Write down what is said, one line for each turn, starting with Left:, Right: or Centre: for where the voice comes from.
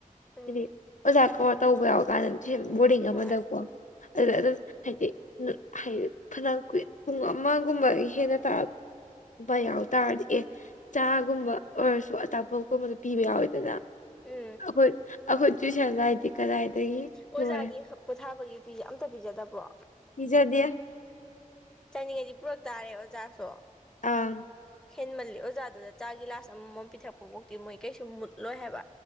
Centre: ꯎꯝ
Left: ꯍꯥꯏꯗꯤ ꯑꯣꯖꯥ ꯀꯧꯔ ꯇꯧꯕ ꯌꯥꯎꯔꯀꯥꯟꯗ ꯇꯨꯏꯁꯟ ꯕꯣꯔꯗꯤꯡ
Centre: ꯍꯣꯏ
Left: ꯑꯃꯗꯀꯣ ꯑꯗꯨꯗ
Centre: ꯎꯝ
Left: ꯑꯗꯨꯝ ꯍꯥꯏꯗꯤ ꯍꯥꯏꯗꯤ ꯐꯅ ꯀꯨꯏ ꯄꯨꯡ ꯑꯃꯒꯨꯝꯕ ꯍꯦꯟꯅ ꯇꯥꯛ ꯕ ꯌꯥꯎ
Centre: ꯎꯝ
Left: ꯇꯔꯗꯤ ꯑꯦ ꯆꯥꯒꯨꯝꯕ ꯑꯣꯏꯔꯁꯨ ꯑꯆꯥꯄꯣꯠꯀꯨꯝꯕꯗ ꯄꯤꯕ ꯌꯥꯎꯋꯦꯗꯅ
Centre: ꯎꯝ
Left: ꯑꯩꯈꯣꯏ ꯑꯩꯈꯣꯏ ꯇꯨꯏꯁꯟ ꯂꯥꯏꯗꯤ ꯀꯗꯥꯏꯗꯒꯤ
Centre: ꯑꯣꯖꯥꯒꯤ
Left: ꯂꯣꯏꯔꯦ
Centre: ꯄꯣꯊꯥꯕꯒꯤ ꯄꯤꯖ ꯑꯝꯇ ꯄꯤꯖꯗꯕ꯭ꯔꯣ
Left: ꯄꯤꯖꯗꯦ
Centre: ꯆꯥꯅꯤꯡꯉꯩꯗꯤ ꯄꯨꯔꯛ ꯇꯥꯔꯦ ꯑꯣꯖꯥꯁꯨ
Left: ꯑꯥ
Centre: ꯍꯦꯟꯃꯜꯂꯤ ꯑꯣꯖꯥꯗꯨꯗ ꯆꯥ ꯒꯤꯂꯥꯁ ꯑꯃꯃꯝ ꯄꯤꯊꯛꯄꯕꯧꯇꯤ ꯃꯣꯏ ꯀꯩꯁꯨ ꯃꯨꯠꯂꯣꯏ ꯍꯥꯏꯕ